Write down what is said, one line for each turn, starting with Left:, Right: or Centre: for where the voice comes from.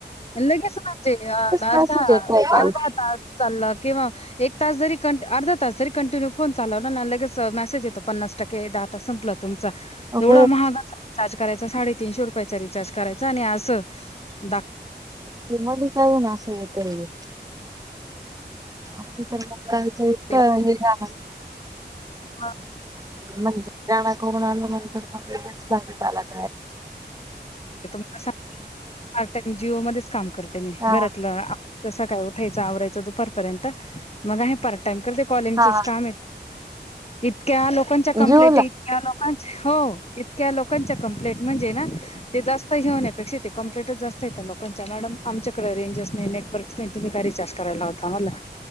Left: लगेच म्हणजे अर्धा
Right: मेसेज येतोय काल
Left: अर्धा तास चालला किंवा एक तास जरी क अर्ध तास जरी कंटिन्यू फोन चालला की लगेच मेसेज येतो पन्नास टक्के डाटा संपलं तुम
Right: हो
Left: एवढा महागाचा करायचं साडेतीनशे रुपयच रिचार्ज करायचं आणि असं दाख
Right: <inaudible> ते मधी जाऊन असं येत तेघे आमच तर मो तळले
Left: ना.
Right: गाणं
Left: मग
Right: म्हण जा नको म्हणाल्या नंतर मग लगेच गावात आल्यात
Left: तुम्हाला सांगते पार्ट टाइम जिओ मध्येच काम करते मी
Right: हा
Left: घरातलं आमचं सगळं आवरून सकाळी उठल्यावर ्यायच आवरायचं दुपारपर्यंत मग आहे पार टाइम करते कॉलिंगच
Right: हा
Left: काम य इक त्या लोकांच्या कंप्लेंट
Right: जिओला
Left: इत्या आज हो इतक्या लोकांच्या कंप्लेंट म्हणजे ना ते जास्त घेऊन येत तशी ती कम्प्लेटच जास्त येत लोकांच्या मॅडम आमच्याकडे रेंजच नाही नेटवर्कस नाही तुम्ही काही रिचार्ज करायला लावता म्हणलं